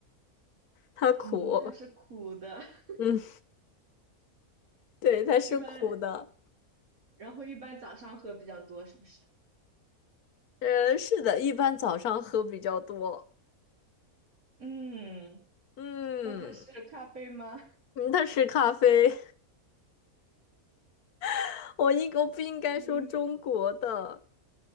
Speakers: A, on the right (about 70°); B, on the left (about 85°).
A: <laughs>
B: 它苦
A: 嗯，它是苦的。<laughs>
B: <laughs>，嗯，对，它是苦的。
A: 一般然后一般早上喝比较多，是不是？
B: 呃，是的，一般早上喝比较多。
A: 嗯，
B: 嗯，
A: 那它是咖啡吗？
B: 嗯它是咖啡。<laughs> 我应我不应该说中国的，
A: 嗯，